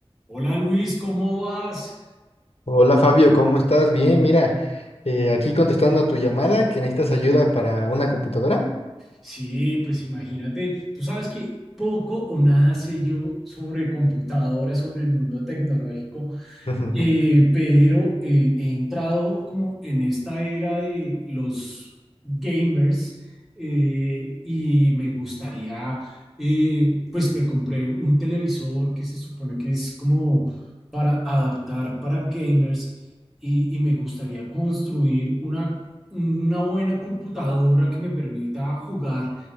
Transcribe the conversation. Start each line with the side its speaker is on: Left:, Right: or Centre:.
Centre: Hola Luis, ¿cómo vas?
Left: Hola Fabio, ¿cómo estás? Bien, mira, eh, aquí contestando a tu llamada que necesitas ayuda para una computadora.
Centre: Sí, pues imagínate, tú sabes que poco o nada sé yo sobre computadoras, sobre el mundo tecnológico,
Left: <laughs>
Centre: Eh, pero eh, he entrado como en esta era de los gamers eh, y me gustaría, eh, pues me compré un televisor que se supone que es como para adaptar para gamers y, y me gustaría construir una, una buena computadora que me permita jugar